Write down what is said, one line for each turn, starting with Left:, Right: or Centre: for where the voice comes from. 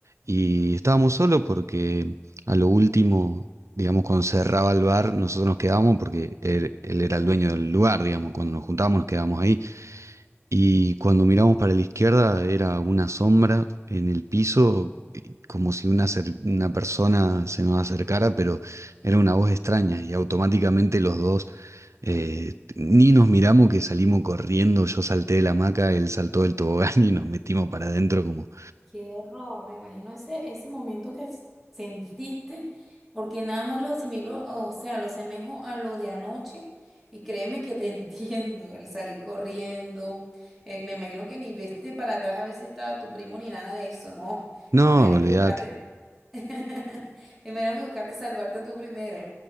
Right: Y estábamos solos porque a lo último, digamos, cuando cerraba el bar, nosotros nos quedábamos porque él, él era el dueño del lugar, digamos, cuando nos juntábamos nos quedábamos ahí. Y cuando miramos para la izquierda era una sombra en el piso,
Centre: Wow.
Right: eh, como si una, cer- una persona se nos acercara, pero era una voz extraña y automáticamente los dos eh, ni nos miramos que salimos corriendo, yo salté de la hamaca, él saltó del tobogán <laughs> y nos metimos para adentro como...
Centre: Qué horror, me imagino ese, ese momento que s- sentiste, porque nada más lo asimilo, o sea, lo asemejo a lo de anoche y créeme que te <laughs> entiendo, el salir corriendo, eh, me imagino que ni viste para atrás a ver si estaba tu primo ni nada de eso, no,
Right: No,
Centre: me imagino
Right: olvídate,
Centre: que buscaste, <laughs> me imagino que buscaste salvarte tú primero,